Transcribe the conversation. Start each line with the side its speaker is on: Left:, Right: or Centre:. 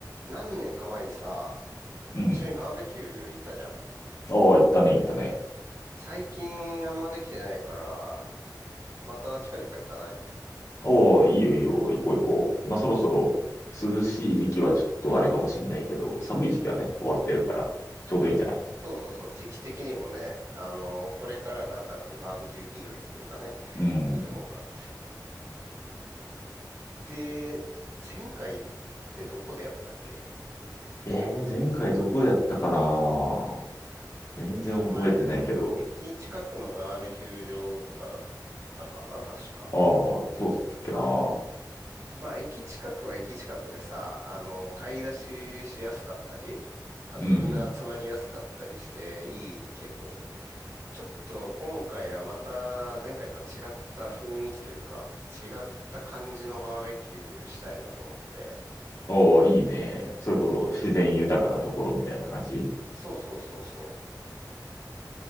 Right: 何年か前にさ、
Left: うん。
Right: 一緒にバーベキュー行ったじゃん。
Left: ああ、行ったね、行ったね。
Right: 最近あんまできてないから、また近々行かない
Left: ああ、いいよ、いいよ、行こう、行こう。まあ、そろそろ涼しい時期はちょっとあれかもしれないけど、寒い時期はね、終わってるから、ちょうどいいんじゃない
Right: そうそうそう、時期的にもね、あのこれからが多分バーベキュー日和っていうかね、
Left: うん。
Right: いいと思うから。で、前回ってどこでやったっけ
Left: えー、前回どこやったかな全然覚えてないけど。
Right: 駅前駅近くのバーベキュー場とかだったかな確か。
Left: ああ、そうだったっけな。
Right: まあ、駅近くは駅近くでさ、あの、買い出ししやすかったり、あとみんな集まりやすかったりしていいけど、
Left: うん
Right: ちょっと今回はまた前回とは違った雰囲気というか、違った感じのバーベキューしたいなと思って。
Left: うん。ああ、いいね。それこそ自然豊かなところみたいな感じ
Right: そうそうそうそ